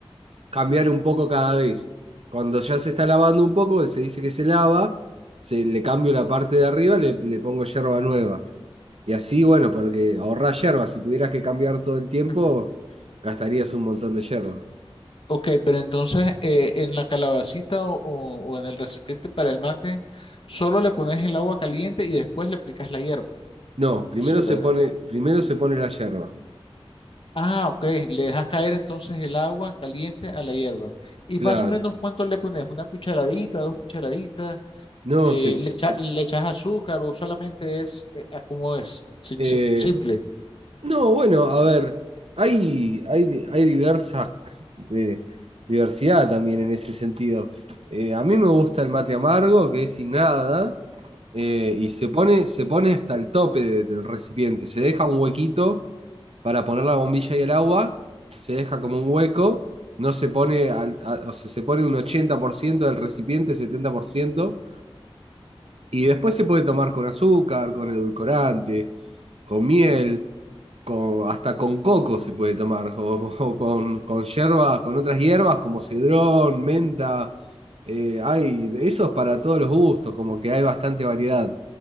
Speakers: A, on the right; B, on the left.
A: cambiar un poco cada vez. Cuando ya se está lavando un poco, se dice que se lava, se, le cambio la parte de arriba, le, le pongo yerba nueva. Y así, bueno, porque ahorrás yerba. Si tuvieras que cambiar todo el tiempo,
B: ujú.
A: gastarías un montón de yerba.
B: Ok, pero entonces eh, en la calabacita o, o- o en el recipiente para el mate, solo le pones el agua caliente y después le aplicas la hierba.
A: No, primero
B: Así es,
A: se
B: ¿verdad?
A: pone, primero se pone la yerba.
B: Ah, ok. Le dejas caer entonces el agua caliente a la hierba. ¿Y
A: Claro,
B: más o menos cuánto le pones? ¿Una cucharadita, dos cucharaditas?
A: no,
B: Eh,
A: se,
B: le
A: se-
B: echa- le echas azúcar o solamente es eh, ah, como es? Sim-
A: eh,
B: sim- simple,
A: no, bueno, a ver, hay, hay, di- hay diversa eh, diversidad también en ese sentido. Eh, a mí me gusta el mate amargo, que es sin nada, eh, y se pone, se pone hasta el tope de- del recipiente. Se deja un huequito para poner la bombilla y el agua, se deja como un hueco, no se pone, al- a- o sea, se pone un 80% del recipiente, 70% y después se puede tomar con azúcar, con edulcorante. con miel, con, hasta con coco se puede tomar, o, o con, con hierbas, con otras hierbas como cedrón, menta. eh, hay de esos para todos los gustos, como que hay bastante variedad.